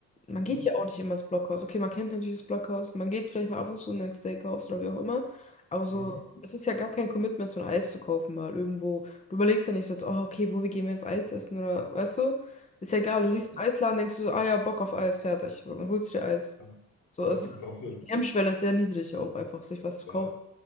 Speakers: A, on the left; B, on the left.
A: man
B: Mhm.
A: geht ja auch nicht immer ins Blockhaus. Okay, man kennt natürlich das Blockhaus, man geht vielleicht mal ab und zu in ein Steakhouse oder wie auch immer, aber so,
B: Mhm.
A: es ist ja gar kein Commitment, so ein Eis zu kaufen mal irgendwo. Du überlegst ja nicht so, jetzt, oh, okay, wo, wie gehen wir jetzt Eis essen oder, weißt du? Ist ja egal, du
B: Ja,
A: siehst einen Eisladen, denkst du so, ah ja, Bock auf Eis, fertig. So, dann holst du dir Eis.
B: Ja.
A: So,
B: Oder
A: es
B: auch die
A: ist,
B: Waffeln.
A: die Hemmschwelle ist sehr niedrig auch einfach, sich was zu
B: Ja,
A: kaufen.